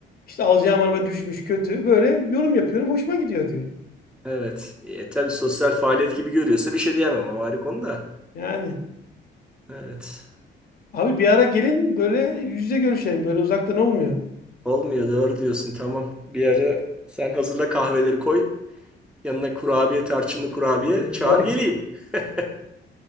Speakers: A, on the left; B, in the centre.
A: İşte alacağım araba düşmüş kötü. Böyle yorum yapıyorum hoşuma gidiyor diyor.
B: Evet. E, tabii sosyal faaliyet gibi görüyorsa bir şey diyemem. O ayrı konu da.
A: Yani
B: Evet.
A: abi bir ara gelin böyle yüz yüze görüşelim böyle uzaktan olmuyor.
B: Olmuyor doğru diyorsun tamam. Bir ara sen hazırla kahveleri koy. Yanına kurabiye, tarçınlı kurabiye
A: Allah.
B: çağır geleyim. <laughs>